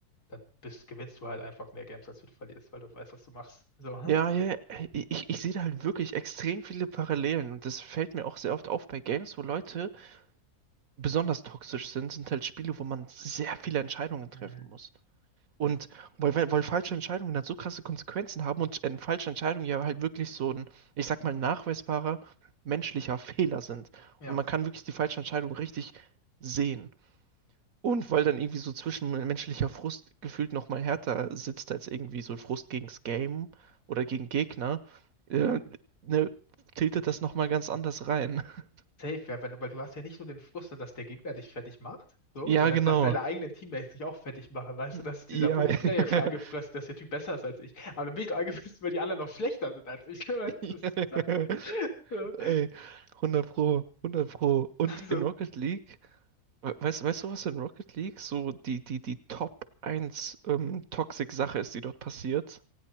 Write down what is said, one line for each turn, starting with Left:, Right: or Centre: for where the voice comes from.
Left: dann bist, gewinnst du halt einfach mehr Games, als du verlierst, weil du weißt, was du machst. So. hm?
Right: Ja, ja, ich, ich sehe da halt wirklich extrem viele Parallelen und das fällt mir auch sehr oft auf bei Games, wo Leute besonders toxisch sind, sind halt Spiele, wo man sehr viele Entscheidungen
Left: Mhm.
Right: treffen muss. Und weil, weil, weil falsche Entscheidungen dann so krasse Konsequenzen haben und äh, falsche Entscheidungen ja halt wirklich so ein, ich sag mal, nachweisbarer menschlicher <laughs> Fehler sind.
Left: Ja.
Right: Und man kann wirklich die falsche Entscheidung richtig sehen. Und weil dann irgendwie so zwischenmenschlicher Frust gefühlt nochmal härter sitzt als irgendwie so Frust gegens Game oder gegen Gegner, äh, ne, tiltet das nochmal ganz anders rein. <laughs>
Left: Safe, ja, weil, weil du hast ja nicht nur den Frust, dass der Gegner dich fertig macht, so,
Right: Ja,
Left: sondern
Right: genau.
Left: dass deine eigenen Teammates dich auch fertig machen, weißt
Right: Hm,
Left: du, das ist
Right: Ja,
Left: dieser Punkt.
Right: <laughs>
Left: Ich bin ja jetzt schon angefressen, dass der Typ besser ist als ich, aber dann bin ich doch angefressen, weil die anderen noch schlechter sind als ich, <laughs> weißt
Right: <laughs>
Left: du, das ist Sache. So,
Right: Ey, 100 Pro, 100 Pro. Und
Left: so.
Right: in Rocket League, we- weißt, weißt du, was in Rocket League so die, die, die Top eins ähm, Toxic-Sache ist, die dort passiert?